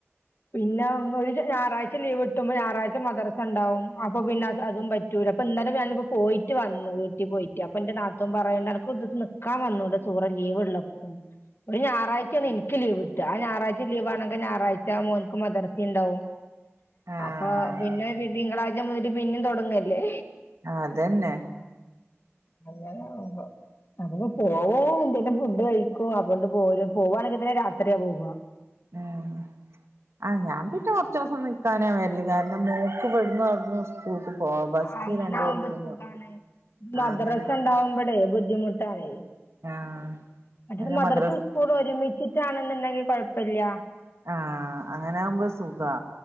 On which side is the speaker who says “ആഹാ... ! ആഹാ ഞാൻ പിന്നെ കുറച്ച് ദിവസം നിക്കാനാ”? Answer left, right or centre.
Right